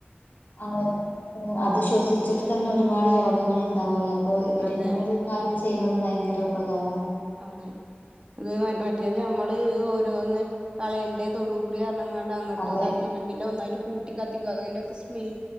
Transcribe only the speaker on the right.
അതെ
അതെ അത് മറ്റേത് ഞമ്മള് ഓരോന്ന് കളയെണ്ടേ തൊടൂ കൂടി അ ങ്ങാണ്ട് അങ്ങോട്ട്
ഇതാക്കിട്ടും പിന്നെ ഒന്നായിട്ട് കൂട്ടി കത്തിക്കും അതിന്റെക്കെ സ് മെൽ